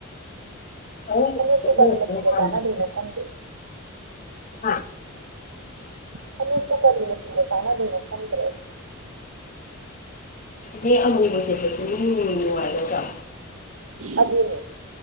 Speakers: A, on the left; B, on the right.
A: <unintelligible>
B: ꯐꯅꯦꯛꯇꯨ ꯀꯔꯤ ꯃꯆꯨꯒ ꯆꯥꯟꯅꯗꯣꯏꯅꯣ ꯈꯪꯗꯦ
A: ꯍꯥ
B: ꯐꯅꯄꯨ ꯀꯔꯤ ꯃꯆꯨꯝꯒ ꯆꯥꯟꯅꯗꯨꯅꯣ ꯈꯪꯗ꯭ꯔꯒ
A: ꯃꯤ ꯑꯃꯨꯕ ꯁꯦꯠꯄꯁꯨ ꯑꯗꯨꯝ ꯅꯨꯡ ꯅꯨꯡꯉꯥꯏꯒꯗ꯭ꯔꯥ
B: ꯑꯗꯨꯅꯤ